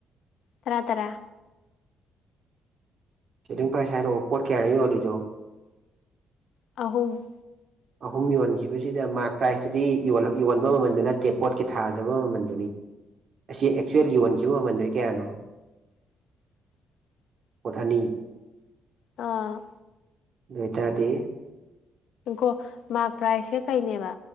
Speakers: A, on the left; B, on the right.
A: ꯇꯔꯥ ꯇꯔꯥ
B: ꯁꯦꯂꯤꯡ ꯄ꯭ꯔꯥꯏꯁ ꯍꯥꯏꯔꯛꯑꯣ ꯄꯣꯠ ꯀꯌꯥꯅꯣ ꯌꯣꯜꯂꯤꯗꯣ
A: ꯑꯍꯨꯝ
B: ꯑꯍꯨꯝ ꯌꯣꯟꯈꯤꯕꯁꯤꯗ ꯃꯥꯔꯛ ꯄ꯭ꯔꯥꯏꯖꯇꯨꯗꯤ ꯌꯣꯟꯕ ꯃꯃꯜꯗꯨ ꯅꯠꯇꯦ ꯄꯣꯠꯀꯤ ꯊꯥꯖꯕ ꯃꯃꯜꯗꯨꯅꯤ ꯑꯁꯤ ꯑꯦꯛꯆꯨꯋꯦꯜ ꯌꯣꯟꯈꯤꯕ ꯃꯃꯜꯗꯨꯗꯤ ꯀꯌꯥꯅꯣ
A: <inaudible>
B: ꯄꯣꯠ ꯑꯅꯤ
A: ꯑꯥ
B: ꯑꯗꯨ ꯑꯣꯏꯇꯥꯔꯗꯤ
A: ꯈꯣ ꯃꯥꯛ ꯄ꯭ꯔꯥꯏꯁꯁꯦ ꯀꯩꯅꯦꯕ